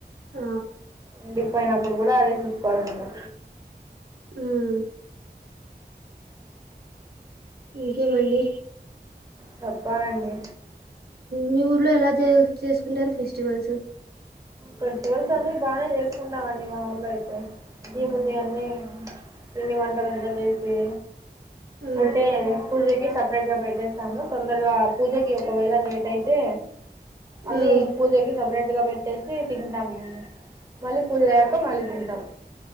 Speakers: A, on the right (about 70°); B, on the right (about 20°).
A: ఆ
B: ఉండిపోయినప్పుడు కూడా అదే చూసుకోవాలి మనము
A: ఉమ్ ఇంకేమండి
B: చెప్పాలండి
A: మీ ఊర్లో ఎలా చే చేసుకుంటారు ఫెస్టివల్స్?
B: ఫెస్టివల్స్ అన్ని బానే చేసుకుంటామండి మా ఊర్లో అయితే ఇ ముందు అన్నీ పిండి వంటలు అంత చేసి
A: ఉమ్
B: అంటే పూజకి సపరేట్ గా పెట్టేస్తాము. తొందరగా పూజకి ఒకవేళ లేట్ అయితే అన్ని
A: ఉమ్
B: పూజకి సపరేట్ గా పెట్టేసి తింటాం మేము. మళ్ళీ పూజ అయ్యాక మళ్ళీ తింటాం.